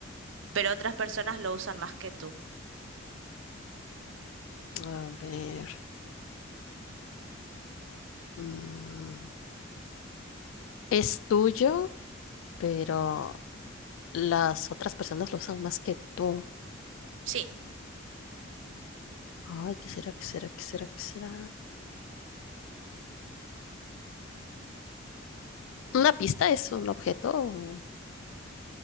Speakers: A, on the right; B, on the left.
A: pero otras personas lo usan más que tú.
B: A ver. mm, Es tuyo, pero Las otras personas lo usan más que tú.
A: Sí,
B: Ay, ¿qué será? ¿Qué será? ¿Qué será? ¿Qué será? ¿Una pista es un objeto o